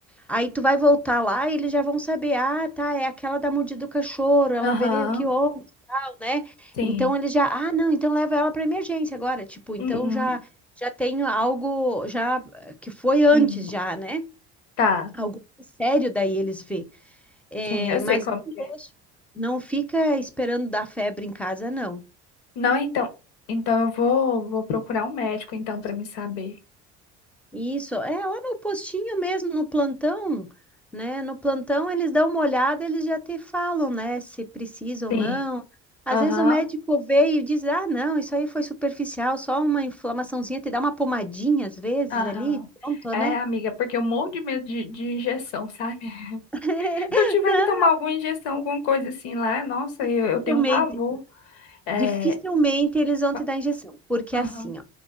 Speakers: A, in the centre; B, on the left (about 80°).
A: Aí tu vai voltar lá e eles já vão saber, ah, tá, é aquela da mordida do cachorro, ela
B: Aham,
A: veio aqui ontem, tal, né?
B: sim.
A: Então eles já, ah, não, então leva ela para emergência agora, tipo, então
B: Uhum,
A: já já tem algo já eh, que foi antes
B: sim.
A: já, né?
B: Tá,
A: Algo sério daí eles vê. É,
B: sim, eu sei
A: mas
B: como
A: não
B: que é.
A: deixa- não fica esperando dar febre em casa, não.
B: Não, então, então eu vou, vou procurar um médico então para me saber.
A: Isso, é lá no postinho mesmo, no plantão, né? No plantão eles dão uma olhada, eles já te falam, né? Se precisa ou
B: Sim.
A: não. Às
B: Aham.
A: vezes o médico vê e diz, ah, não, isso aí foi superficial, só uma inflamaçãozinha, te dá uma pomadinha às vezes
B: Aham.
A: ali, pronto,
B: É,
A: né?
B: amiga, porque eu morro de medo de, de injeção, sabe? <laughs>
A: <laughs>
B: Se eu tiver
A: Não,
B: que tomar alguma injeção, alguma coisa assim lá, nossa, eu,
A: dificilmente,
B: eu tenho um pavor. É.
A: dificilmente eles vão
B: pa-
A: te dar injeção, porque
B: Aham.
A: assim, ó,